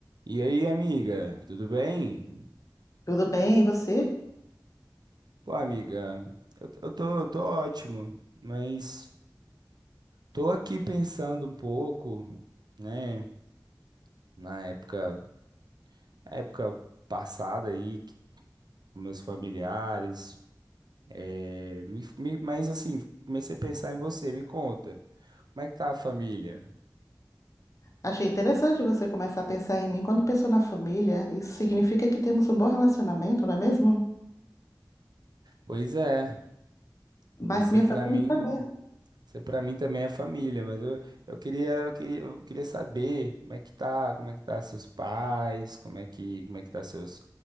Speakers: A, on the right; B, on the left.
A: E aí, amiga, tudo bem?
B: Tudo bem, e você?
A: Pô, amiga, eu, t- eu tô, tô ótimo, mas tô aqui pensando um pouco, né, na época, época passada aí, que- com meus familiares, é, me- me- mas assim, comecei a pensar em você, me conta, como é que tá a família?
B: Achei interessante você começar a pensar em mim quando pensou na família. Isso significa que temos um bom relacionamento, não é mesmo?
A: Pois é,
B: Mas
A: você
B: minha
A: pra
B: família
A: mim
B: está bem.
A: Isso para mim também é família, mas eu, eu queria, eu queria, eu queria saber como é que tá, como é que tá seus pais, como é que, como é que tá seus,